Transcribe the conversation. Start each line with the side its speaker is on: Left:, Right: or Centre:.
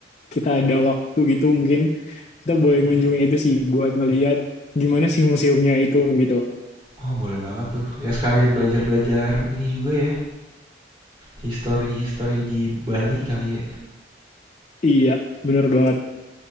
Left: kita ada waktu gitu mungkin kita boleh
Right: Mm-mm.
Left: ngunjungin itu sih buat ngelihat gimana sih museumnya itu gitu.
Right: Oh, boleh banget tuh. Ya sekalian belajar-belajar ini juga ya, history-history di Bali kali ya.
Left: Iya, bener banget.